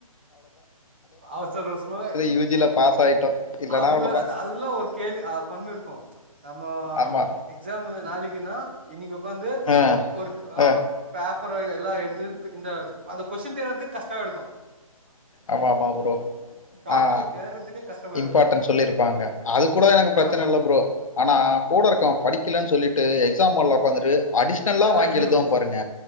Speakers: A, on the right (about 15°); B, on the left (about 65°).
A: அவசர அவசரமா
B: யுஜில பாஸ் ஆயிட்டோம். இல்லன்னா
A: அதுல
B: அவ்வளோதான்.
A: அ அதுலாம் ஒரு கேள்வி ஃபண் இருக்கோம் நம்ம
B: ஆமா.
A: எக்ஸாம் நாளைக்குன்னா இன்னைக்கு உட்கார்ந்து
B: ஆ,
A: ஒரு <unintelligible>
B: ஆ.
A: அப்றோ எல்லாம் எ <unintelligible> இந்த அந்த கொஸ்டின் தேர்றதுக்கு கஷ்ட <unintelligible>
B: ஆமா ஆமா ப்ரோ
A: டாபிக்
B: ஆஹ்
A: தேடுறதுக்கே கஷ்டமா
B: இம்பார்டன்
A: இருக்கு
B: சொல்லிருப்பாங்க அது கூட எனக்கு பிரச்சனை
A: ஆமா
B: இல்ல ப்ரோ ஆனா கூட இருக்கவன் படிக்கலன்னு சொல்லிட்டு எக்ஸாம் ஹால்ல உட்காந்துட்டு அடிஷ்னல்லா
A: நல்லா
B: வாங்கி
A: எழுதிருவா
B: எழுதுவான் பாருங்க